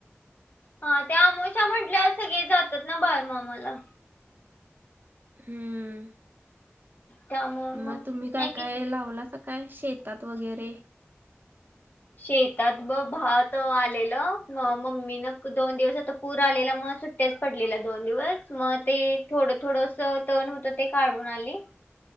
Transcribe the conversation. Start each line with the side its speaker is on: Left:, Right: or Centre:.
Left: हा ते आमोशा म्हटल्यावर सगळी जातात ना बाळूमामाला.
Right: हम्म.
Left: त्यामुळे
Right: मग तुम्ही काय
Left: नाही की
Right: काय लावलास काय शेतात वगैरे?
Left: शेतात ब भात आलेलं म मम्मी ना क दोन दिवस आता पूर आलेला म सुट तेच पडलेलं दोन दिवस, मग ते थोडं थोडंसं तण होत ते काढून आली.